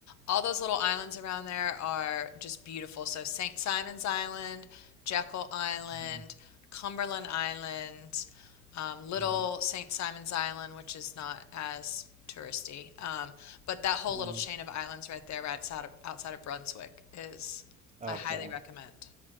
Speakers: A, on the left; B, on the right.
A: all those little islands around there are just beautiful. So St. Simon's Island, Jekyll Island,
B: Mm,
A: Cumberland Island, um, Little
B: Right.
A: St. Simon's Island, which is not as touristy, um, but that whole
B: Mm.
A: little chain of islands right there, right outside of, outside of Brunswick, is
B: Okay.
A: I highly recommend.